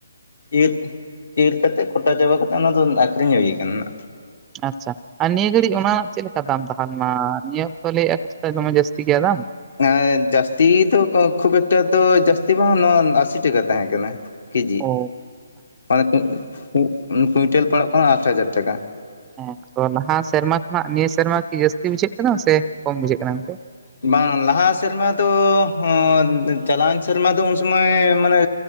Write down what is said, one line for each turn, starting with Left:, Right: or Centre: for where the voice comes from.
Left: ᱤᱨᱻ ᱤᱨ ᱠᱟᱛᱮᱜ ᱠᱚᱴᱟ ᱪᱟᱵᱟ ᱠᱟᱛᱮᱜ ᱚᱱᱟᱫᱚ ᱟᱹᱠᱷᱨᱤᱧ ᱦᱩᱭ ᱟᱠᱟᱱᱟ᱾
Right: ᱟᱪᱪᱷᱟ, ᱟᱨ ᱱᱤᱭᱟᱹ ᱜᱷᱟᱹᱲᱤᱡ ᱚᱱᱟ ᱪᱮᱫ ᱞᱮᱠᱟ ᱫᱟᱢ ᱛᱟᱦᱮ ᱞᱮᱱᱟ ᱱᱤᱭᱟᱹ ᱚᱠᱛᱚ ᱞᱟᱹᱭᱮᱜ ᱟ ᱫᱚᱢᱮ ᱡᱟᱹᱥᱛᱤ ᱜᱮᱭᱟ ᱫᱟᱢ?
Left: ᱮᱸ ᱡᱟᱹᱥᱛᱤ ᱫᱚ ᱠᱷᱩᱵ ᱮᱠᱴᱟ ᱫᱚ ᱡᱟᱹᱥᱛᱤ ᱵᱟᱝ ᱱᱚᱣᱟ ᱟᱥᱤ ᱴᱟᱠᱟ ᱛᱟᱦᱮᱸ ᱠᱟᱱᱟ ᱾ ᱠᱮᱡᱤ᱾
Right: ᱚ
Left: ᱢᱟᱱᱮ ᱠᱩᱸᱜ ᱠᱩᱸᱜ ᱠᱩᱸᱭᱴᱮᱞ ᱯᱟᱲᱟᱜ ᱠᱟᱱᱟ ᱟᱴ ᱦᱟᱡᱟᱨ ᱴᱟᱠᱟ᱾
Right: ᱦᱮᱸ ᱛᱚ, ᱞᱟᱦᱟ ᱥᱮᱨᱢᱟ ᱠᱷᱚᱱᱟᱜ ᱱᱤᱭᱟᱹ ᱥᱮᱨᱢᱟ ᱠᱤ ᱡᱟᱹᱥᱛᱤ ᱵᱩᱡᱷᱟᱹᱜ ᱠᱟᱱᱟ ᱥᱮ ᱠᱚᱢ ᱵᱩᱡᱷᱟᱹᱜ ᱠᱟᱱᱟ ᱚᱱᱛᱮ?
Left: ᱵᱟᱝ ᱞᱟᱦᱟ ᱥᱮᱨᱢᱟ ᱫᱚ ᱦᱚᱸ ᱪᱟᱞᱟᱣᱮᱱ ᱥᱮᱨᱢᱟ ᱫᱚ ᱩᱱ ᱥᱚᱢᱚᱭ ᱢᱟᱱᱮ